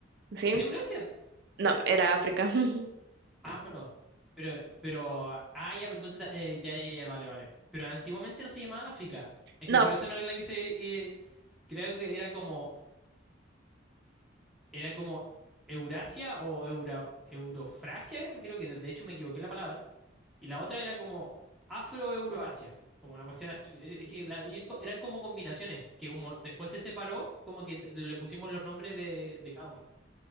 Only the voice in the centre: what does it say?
¿Era Eurasia?
Ah, pero, pero, pero, ah, ya, pues entonces, eh, ya, ya, ya, vale, vale. Pero antiguamente no se llamaba África. Es
que por eso no era la que se, eh, creo que era como, era como Eurasia o Eura, Eurofrasia, creo que de de hecho me equivoqué en la palabra. Y la otra era como Afro-Euroasia, como una cuestión así. Eh, Es que la- y esto- eran como combinaciones, que como después se separó, como que le pusimos los nombres de, de cada uno.